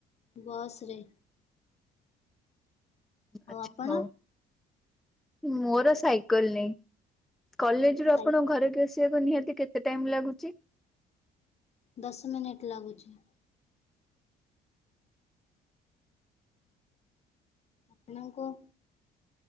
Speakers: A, on the left; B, in the centre.
A: ବସ୍ ରେ ଆଉ
B: ଆଚ୍ଛା
A: ଆପଣ?
B: ହଉ ମୋର ସାଇକଲ ନାହିଁ। କଲେଜ ରୁ
A: ସାଇ
B: ଆପଣ ଘରକୁ ଆସିବାକୁ ନିହାତି କେତେ ଟାଇମ ଲାଗୁଛି?
A: ଦଶ ମିନିଟ୍ ଲାଗୁଛି। ଆପଣଙ୍କୁ